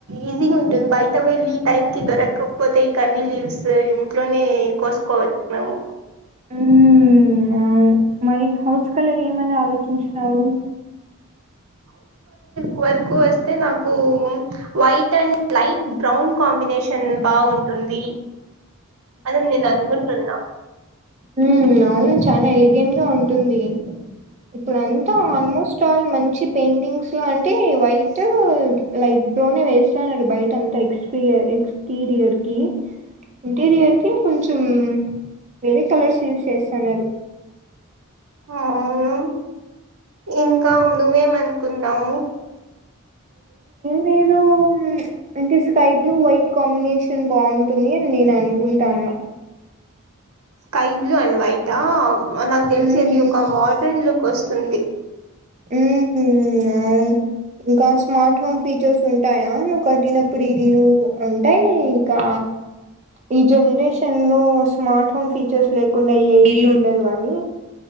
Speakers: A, on the right; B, on the right.
A: ఈజీగా ఉంటుంది బయట వెళ్ళి టైమ్ కి దొరకకపోతే ఈ కర్రీ లీవ్స్ ఇంట్లోనే కోసుకోవచ్చు మేము
B: ఉమ్ అవును మరి హౌస్ కలర్ ఏమని ఆలోచించినావు
A: క్వరకు వస్తే నాకు white and light brown combination బాగుంటుంది అని నేను అనుకుంటున్నా
B: ఉమ్ అవున్ చానా ఎలిగెంట్ గా ఉంటుంది ఇప్పుడంతా ఆల్మోస్ట్ ఆల్ మంచి పెయింటింగ్స్ లో అంటే వై ట్ లైట్ బ్రౌన్ ఏ వేస్తానారు బైట అంత ఎక్స్టీ ఎక్స్టీీరియర్ కీ ఇంటీరియర్ కి కొంచం వేరే కలర్స్ యూస్ చేస్తన్నారు
A: అవును ఇంకా నువ్వేమనుకున్నావు
B: నేనో అంటే స్కై బ్లూ వైట్ కాంబినేషన్ బాగుంటుంది అని నేను అనుకుంటాన్న
A: స్కై బ్లూ అండ్ వైటా నాకు తెలిసి
B: హ్మ్
A: అది ఒక మోడ్రన్ లుక్ వస్తుంది
B: ఉమ్ ఇంకా స్మార్ట్ ఫోన్ ఫీచర్స్ ఉంటాయా నువ్వు కట్టినప్పుడు ఇల్లు ఉంటాయిలే ఇంకా ఈ జనరేషన్ లో స్మార్ట్ ఫోన్ ఫీచర్స్ లేకుండా ఏ ఇల్లు ఉండదు గానీ